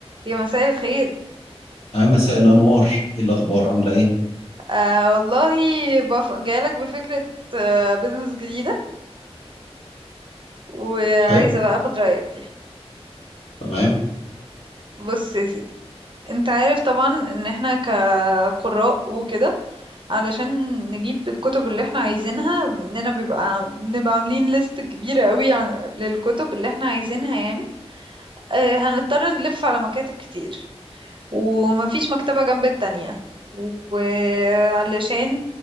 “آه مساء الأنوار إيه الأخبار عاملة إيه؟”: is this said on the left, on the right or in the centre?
Left